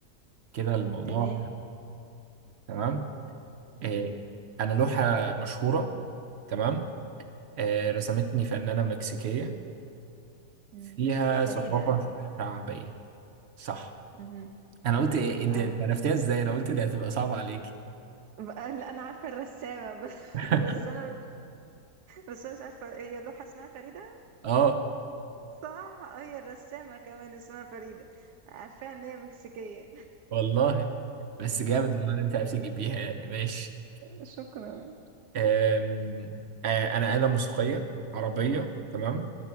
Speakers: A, on the right; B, on the right.
A: كده الموضوع
B: تمام
A: تمام
B: مهم.
A: آه، انا لوحة مشهورة تمام آه، رسمتني فنانة مكسيكية
B: مم.
A: فيها
B: فريدة
A: ثقافة
B: اكيد
A: شعبية صح
B: مهم.
A: انا قلت ايه انت
B: اه
A: عرفتيها ازاي انا قلت دي هتبقى صعبة عليك
B: بقى- لا انا عارفة الرسامة <laughs> بس
A: <laughs>
B: بس انا بس انا مش عارفة هي اللوحة اسمها فريدة
A: اه
B: صح آه، هي الرسامة كمان اسمها فريدة عارفاها ان هي مكسيكية
A: والله بس جامد
B: اه
A: والله اللي انت عرفت تجيبيها يعني ماشي
B: شكرا
A: آم، آه، انا آلة موسيقية عربية تمام